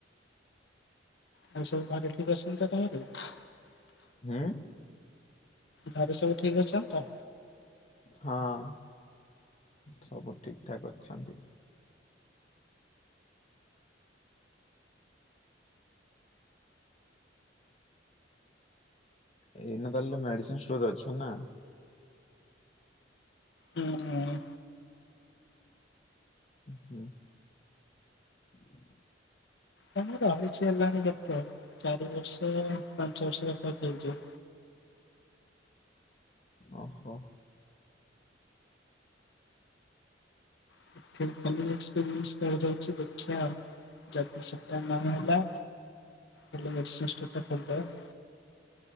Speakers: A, on the left; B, on the left.
A: ଆଉ ସବୁ ଘରେ ଠିକ ଅଛନ୍ତି ସମସ୍ତେ ତମର
B: ହୁଁ।
A: ଘରେ ସବୁ ଠିକ ଅଛନ୍ତିତ
B: ହଁ ସବୁ ଠିକ ଠାକ ଅଛନ୍ତି। ଏଇନା ତାହେଲେ ମେଡିସିନଷ୍ଟୋର ଅଛନା
A: ହୁଁ
B: ହୁଁ। <inaudible>
A: ତା ରହିଛି ହେଲାଣି କେତେ ଚାରି ବର୍ଷ ପାଞ୍ଚ ବର୍ଷ। ପଠେଇଚି
B: ଓହୋ।
A: <unintelligible> ଯାଉଛି <inaudible> ଦେଖିବା ଆଉ। ଯଦି ସେଟା ନା ହେଲା ହେଲେ ନିଶିଷ୍ଟାଦ <unintelligible>